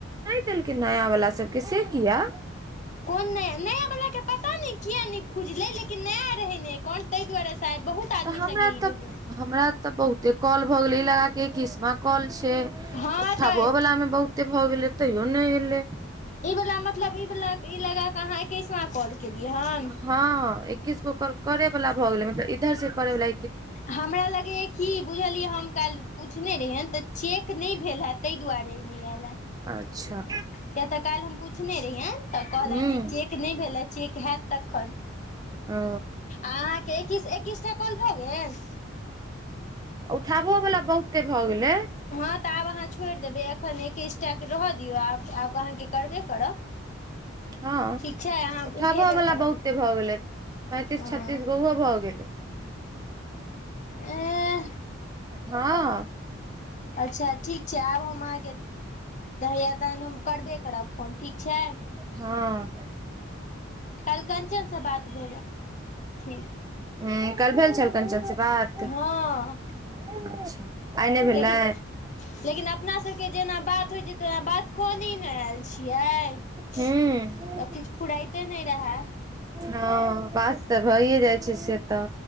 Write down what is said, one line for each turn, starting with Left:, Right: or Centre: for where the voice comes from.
Right: देलकिन नया वाला सबके से किया
Left: कोन नया -नया बला के पता नय किया नय खुजलै लेकिन नया रहै ने अकाउंट ताइह दुआरे शायद बहुत आदमी
Right: तऽ हमरा
Left: संगे ई
Right: तऽ
Left: भेलै
Right: हमरा तऽ बहुते कॉल भऽ गेले ए लगा के एकिस्मा कॉल छै।
Left: हँ
Right: उठा
Left: तऽ
Right: भऽ बलामे बहुते भऽ गेलै तैयो नै एलै।
Left: ई वला मतलब ई वला ई लगा कऽ अहाँ एकिसमा कॉल केलियै हन?
Right: हँ एकैस गो करे वला भऽ गेलै मतलब इधर से करे वला
Left: हमरा लगैये की बुझलिये हम काल्हि पुछने रहियैन त चेक नै भेले तै दुआरे नै आयले।
Right: अच्छा।
Left: किया त काल्हि हम पुछने रहियैन त कहलैन
Right: हूँ
Left: जे चेक नै भेले चेक हैत तखन।
Right: ओ
Left: आ अहाँ के ऐकिस ऐकिस टा कॉल भ गेल?
Right: ओठाबो बला बहुते भ गेलै।
Left: हां त आब अहाँ छोड़ि देबै अखन एकिस टा रहय दियौ आब आब अहाँ के करबे करब।
Right: हा
Left: ठीक छै अहाँ
Right: उठाबोवला
Left: उठेबे करब
Right: बहुते भ गेलै। पैंतिस
Left: हँ
Right: छत्तीस उहो भ गेलै।
Left: ऐह।
Right: हां।
Left: अच्छा ठीक छै आब हम अहाँ के होइया तखन हम करबे करब फोन, ठीक छै?
Right: हां।
Left: काल्हि कंचन से बात भेले, ठीक।
Right: हुं काल्हि भेल छल कंचन से बात?
Left: हां,
Right: अच्छा आइ नहि भेलै
Left: लेकिन लेकिन अपना सबके जेना बात होइत छै तेना बात क ने आयल छियै त
Right: हूँ
Left: किछ फुराइते नै रहे।
Right: हा बात त भइए जाइ छै से त